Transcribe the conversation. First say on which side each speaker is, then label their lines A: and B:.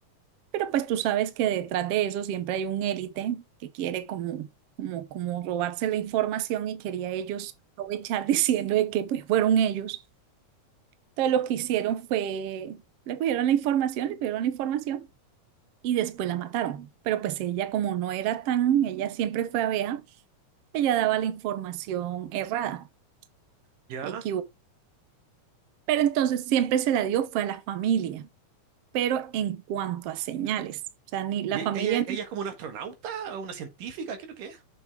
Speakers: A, on the right (about 65°); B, on the right (about 85°).
A: Pero pues tú sabes que detrás de eso siempre hay un élite que quiere como, como, como robarse la información y quería ellos aprovechar <laughs> diciendo de que pues fueron ellos. Entonces lo que hicieron fue, le cogieron la información, le pidieron la información y después la mataron. Pero pues ella como no era tan, ella siempre fue abeja Ella daba la información errada,
B: ya.
A: equivocada. Pero entonces siempre se la dio fue a la familia, pero en cuanto a señales, o sea, ni la
B: ¿Y
A: familia,
B: e- ella, ella es como una astronauta o una científica? ¿Qué es lo que es?